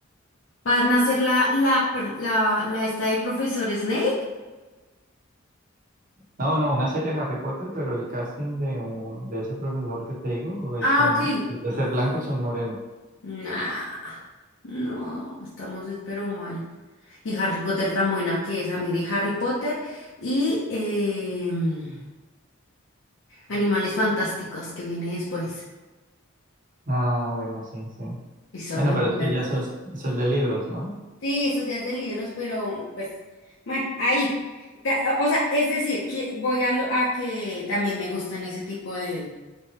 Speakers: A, on the left; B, on the right.
A: Para nacer la, la, la, la esta de profesor Snake.
B: No, no, una serie de Harry Potter, pero el casting de, un- de ese profesor que te digo es
A: Ah,
B: un-
A: ok.
B: es de ser blanco y son moreno.
A: Nah, no, estamos es- pero mal. Y Harry Potter tan buena que es. A mí de Harry Potter y em, Animales Fantásticos que viene después.
B: Ah, bueno, sí, sí.
A: Esas
B: Bueno,
A: me
B: pero
A: encantan.
B: sí, ya sos, sos de libros, ¿no?
A: Sí, eso ya es de libros, pero pues, bueno, ahí. Ta- O sea, es decir, que voy a, lo- a que también me gustan ese tipo de,